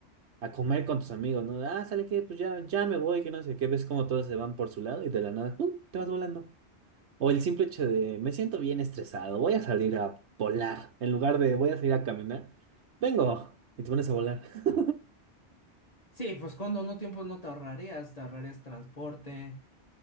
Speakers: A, on the right; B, on the left.
A: a comer con tus amigos, ¿no? Ah, ¿sale que Pues ya, ya me voy, que no sé qué. Ves como todos se van por su lado y de la nada, ¡pum! te vas volando. O el simple hecho de, me siento bien estresado, voy a salir a volar. En lugar de, voy a salir a caminar, vengo. Y te pones a volar. <laughs>
B: Sí, pues cuando no tiempo no te ahorrarías, te ahorrarías transporte.